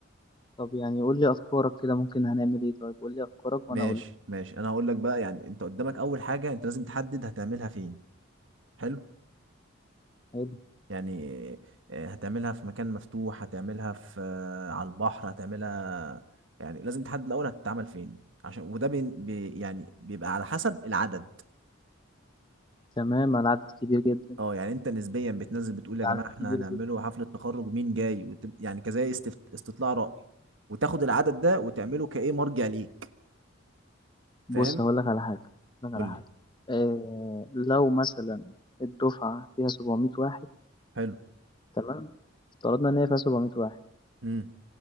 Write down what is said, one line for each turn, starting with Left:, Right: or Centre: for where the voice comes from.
Left: طب يعني قول لي أفكارك كده ممكن هنعمل إيه طيب قول لي أفكارك
Right: ماشي
Left: وأنا أقول لك
Right: ماشي انا هقول لك بقى يعني انت قدامك اول حاجة انت لازم تحدد هتعملها فين حلو
Left: حلو
Right: يعني آه، هتعملها في مكان مفتوح هتعملها في آه، على البحر هتعملها يعني لازم تحدد الاول هتتعمل فين عشان وده بي بي- يعني بيبقى على حسب العدد
Left: تمام العدد كبير جدا
Right: اه يعني انت نسبيا بتنزل بتقول يا
Left: العدد
Right: جماعه احنا
Left: كبير
Right: هنعمله
Left: جدا
Right: حفله تخرج مين جاي وتب... يعني كزي استفت... استطلاع راي وتاخد العدد ده وتعمله كايه مرجع ليك
Left: بص
Right: فاهم
Left: هقول لك على حاجة هقول لك
Right: قول
Left: على حاجة
Right: لي
Left: إيه لو مثلا الدفعة فيها 700 واحد
Right: حلو
Left: تمام افترضنا ان هي فيها 700 واحد
Right: امم